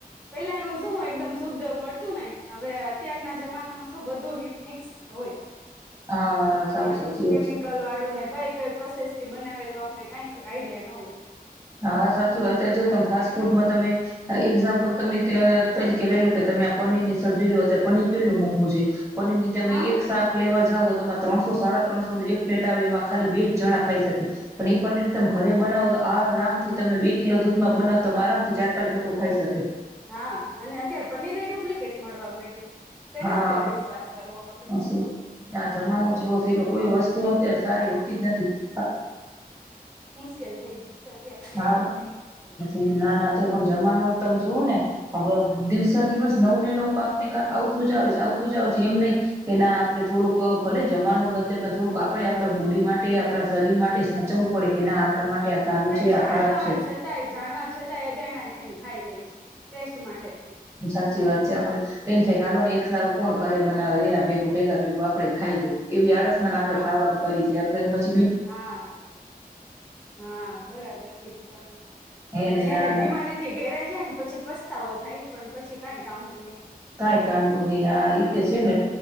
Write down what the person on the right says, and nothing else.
હા સાવ
સાચી વાત
છે
હા, સાચી વાતં જો તમે ફાસ્ટ
ફૂડમાં
તમે એક્ઝામ્પલ તમે ત્યાં તરીકે લઈ લો કે તમે આ પનીર ની સબ્જી લો પનીર કેટલું મોંઘું છે. <unintelligible> તમે
એક શાક લેવા જાવ ત્રણસો સાડા ત્રણસો એક પ્લેટ આવે એમાં ખાલી બે જણા ખાઈ શકે. એ જ પનીર તમે ઘરે બનાવો તો આ રામ થી તમે બે કિલો દૂધમાં બનાવ તમે આરામથી ચાર પાંચ લોકો ખાઈ શકે.
હા,
ઓશું આ જમાનો જેવો થઈ ગયો કોઈ
વસ્તુ અત્યારે સારી હોતી જ નથી અ.
હા,
નથી, ના ના તે પણ જમાનો તમે જોવો ને હવે દિવસે દિવસ નવું ને નવ કાંક ને કાંક આવતું જ આવે છે આવતું જ આવે છે એમ નહી કે ના આપડે થોડુંક ભલે જમાનું બદલે પણ થોડુંક આપણેે આપડા બોડી માટે આપણા શરીર માટે સાચવવું પડે. એના આપણા માટે સારું
છે આ ખરાબ
છે
હવું સાચી વાત આપે એમ થાય કે આાલો ને એક સારું કોણ ઘરે બનાવે એના ભેગું. ભેગા ભેગું આપડે ખાઈ લઈએ એવી આડસમાંને
આપડણે ખાવાનું કરી છે. બ <unintelligible>
હે
ને
ના ના
કાઈ કામનું નહી આ રીતે છે ને